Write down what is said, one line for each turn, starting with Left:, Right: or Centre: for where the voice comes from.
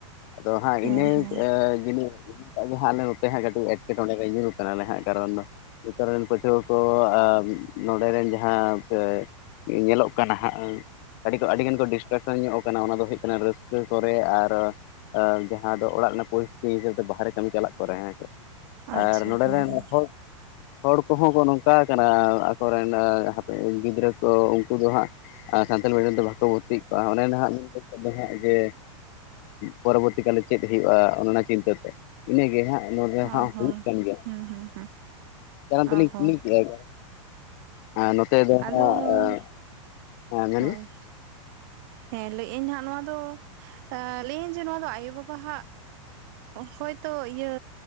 Left: ᱟᱫᱚ ᱦᱟᱸᱜ
Right: ᱦᱮᱸ
Left: ᱤᱱᱟᱹ
Right: ᱦᱮᱸ
Left: ᱡᱩᱫᱤ ᱟᱵᱩ ᱦᱟᱸᱜ ᱱᱚᱛᱮ ᱦᱟᱹᱜ ᱜᱟᱰᱤ ᱤᱧᱚᱜ ᱠᱟᱱ ᱦᱟᱸᱜ ᱜᱟᱨᱚᱲ ᱫᱚ ᱱᱮᱛᱟᱨ ᱨᱮᱱ ᱯᱟᱹᱴᱷᱩᱣᱟᱹ ᱠᱚ ᱱᱚᱸᱰᱮᱱ ᱡᱟᱦᱟᱸ ᱥᱮ ᱧᱮᱞᱚᱜ ᱠᱟᱱᱟ ᱦᱟᱸᱜ ᱟᱹᱰᱤ ᱜᱟᱱ ᱠᱚ ᱰᱤᱥᱴᱨᱟᱠᱥᱚᱱ ᱧᱚᱜ ᱠᱟᱱᱟ ᱚᱱᱟ ᱫᱚ ᱦᱩᱭᱩᱜ ᱠᱟᱱᱟ ᱨᱟᱹᱥᱠᱟᱹ ᱨᱟᱹᱥᱠᱟᱹ ᱠᱚᱨᱮ ᱟᱨ ᱡᱟᱦᱟᱸ ᱫᱚ ᱚᱲᱟᱜ ᱨᱮᱱᱟᱜ ᱯᱚᱨᱤᱥᱛᱷᱤᱛᱤ ᱦᱤᱥᱟᱹᱵ ᱛᱮ ᱵᱟᱦᱨᱮ ᱠᱟᱹᱢᱤ ᱪᱟᱞᱟᱜ ᱠᱚᱨᱮ ᱦᱮᱸᱥᱮ
Right: ᱟᱪᱪᱷᱟ
Left: ᱟᱨ ᱱᱚᱰᱮ
Right: ᱦᱮᱸ
Left: ᱨᱮᱱ
Right: ᱦᱮᱸ
Left: ᱦᱚᱸᱠᱚ ᱦᱚᱲ ᱠᱚᱦᱚᱸ ᱠᱚ ᱱᱚᱝᱠᱟ ᱠᱟᱱᱟ ᱟᱠᱚᱨᱮᱱ ᱦᱟᱯᱮ ᱜᱤᱫᱽᱨᱟᱹ ᱠᱚ ᱩᱱᱠᱩ ᱫᱚ ᱦᱟᱸᱜ ᱟᱨ ᱥᱟᱱᱛᱟᱲ ᱢᱤᱰᱤᱭᱟᱢ ᱫᱚ ᱵᱟᱠᱚ ᱵᱷᱚᱛᱛᱤᱜ ᱠᱚᱜᱼᱟ ᱟᱱᱮ ᱱᱟᱦᱟᱸᱜ ᱡᱮ ᱯᱚᱨᱚᱵᱚᱨᱛᱤ ᱠᱟᱞᱨᱮ ᱪᱮᱫ ᱦᱩᱭᱩᱜᱼᱟ ᱚᱱᱮ ᱚᱱᱟ ᱪᱤᱱᱛᱟᱹ ᱛᱮ ᱤᱱᱟᱹᱜᱮ ᱦᱟᱸᱜ ᱱᱚᱰᱮ
Right: ᱚ
Left: ᱦᱚᱸ ᱦᱩᱭᱩᱜ ᱠᱟᱱ ᱜᱮᱭᱟ
Right: ᱦᱩᱸ ᱦᱩᱸ ᱦᱩᱸ
Left: ᱛᱮᱞᱤᱧ
Right: ᱚ ᱦᱚᱸ
Left: ᱠᱩᱞᱤ ᱠᱮᱫᱟᱭ ᱱᱚᱛᱮ ᱫᱚ
Right: ᱟᱫᱚ
Left: ᱦᱟᱸᱜ ᱦᱮᱸ ᱢᱮᱱᱢᱮ
Right: ᱦᱳᱭ ᱦᱮᱸ ᱞᱟᱹᱭ ᱟᱹᱧ ᱦᱟᱸᱜ ᱱᱚᱣᱟ ᱫᱚ ᱞᱟᱹᱭᱟᱹᱧ ᱡᱮ ᱱᱚᱣᱟ ᱫᱚ ᱟᱭᱳ ᱵᱟᱵᱟᱜ ᱦᱚᱭᱛᱳ ᱤᱭᱟᱹ